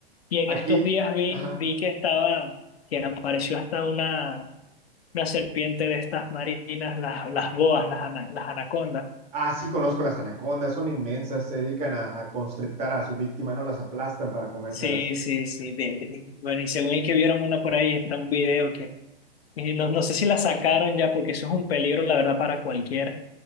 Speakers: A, on the left; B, on the right.
A: Y en
B: Aquí,
A: estos días vi,
B: ajá.
A: vi que estaba, que apareció hasta una, una serpiente de estas marinas, las, las boas, las, ana- las anacondas.
B: Ah, sí conozco las anacondas, son inmensas, se dedican a, a constrictar a su víctima, ¿no? Las aplastan para comérselas.
A: Sí, sí, sí. de- de- bueno, y según y que vieron una por ahí, está un video que y no, no sé si la sacaron ya, porque eso es un peligro, la verdad, para cualquiera